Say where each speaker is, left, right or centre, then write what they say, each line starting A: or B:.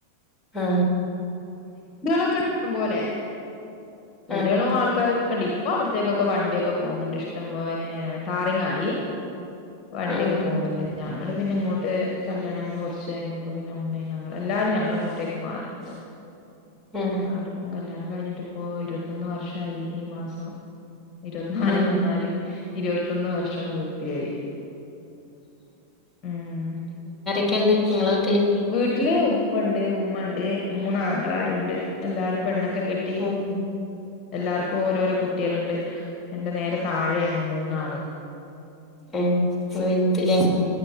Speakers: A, in the centre; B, on the left.
A: ആ
B: വീടാളൊക്കെണ്ട് ഇഷ്ടം പോലെ വീടാളും
A: ആഹ്
B: ആൾക്കാ രൊക്കെണ്ട് ഇപ്പൊ അവിട്ത്തേക്കൊക്കെ വണ്ടിയൊക്കെ പോകുന്നുണ്ട് ഇഷ്ടം പോലെ പിന്നെ ടാറിങ്ങ് ആയി വണ്ടിയൊക്കെ
A: ആഹ്
B: പോകുന്നുണ്ട് ഞങ്ങള് പിന്നെ ഇങ്ങോട്ട് കല്യാണം കഴിഞ്ഞ് കൊറച്ച് കഴിഞ്ഞപ്പോ പിന്നെ ഉമ്മയും ഞങ്ങളും എല്ലാരും ഞങ്ങള് ഇങ്ങോട്ടേക്ക് മാറി
A: ആഹ്
B: ആടപ്പം കല്യാണം കഴിഞ്ഞിട്ടിപ്പോ ഇരുപത്തൊന്ന് വർഷായി ഈ മാസം ഇരുപത്തിനാല്
A: ആഹ്
B: വന്നാല് ഇരുപത്തൊന്ന് വർഷം പൂർത്തിയായി. ഉം
A: ക്കെണ്ട് ഇങ്ങളെ വീട്ടില്
B: വീട്ടില് ഉപ്പണ്ട് ഉമ്മണ്ട് മൂന്ന് ആങ്ങളാരുണ്ട് എല്ലാരും പെണ്ണൊ ക്കെ കെട്ടി
A: ഉം
B: എല്ലാർക്കും ഓരോരോ കുട്ടികള്ണ്ട് എന്റെ നേരെ താഴെയാണ് മൂന്നാളും
A: ഏ ഇങ്ങളാ വൽത് ലെ